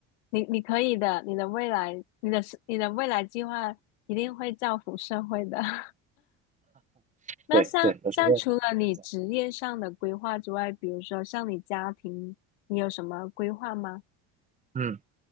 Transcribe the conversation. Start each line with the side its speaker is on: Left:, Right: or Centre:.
Left: 你，你可以的，你的未来，你的你的未来计划一定会造福社会的。<laughs> 那像像除了你职业上的规划之外，
Right: 对对，我觉得是这样。
Left: 比如说像你家庭，你有什么规划吗？
Right: 嗯。